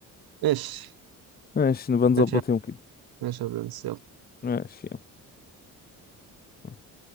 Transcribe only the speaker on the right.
ايش
ايش يا
ايش يا برنس يلا